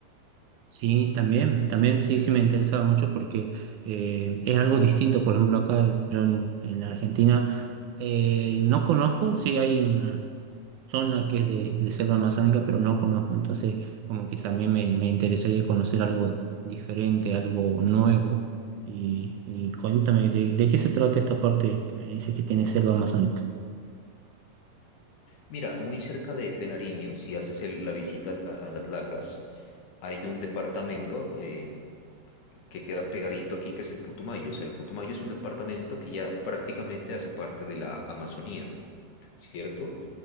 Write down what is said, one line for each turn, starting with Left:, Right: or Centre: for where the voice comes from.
Right: Sí, también, también sí, sí me interesaba mucho porque eh, es algo distinto. Por ejemplo, acá yo en, en Argentina eh, no conozco, sí hay una zona que es de, de selva amazónica, pero no conozco. Entonces, como que también me, me interesaría conocer algo diferente, algo nuevo. Y, y cuéntame, ¿de, de qué se trata esta parte que me dice que tiene selva amazónica?
Left: Mira, muy cerca de, de Nariño, si haces el- la visita al- a, a Las Lajas, hay un departamento eh, que queda pegadito aquí, que es el Putumayo. O sea, el Putumayo es un departamento que ya prácticamente hace parte de la Amazonía, ¿cierto?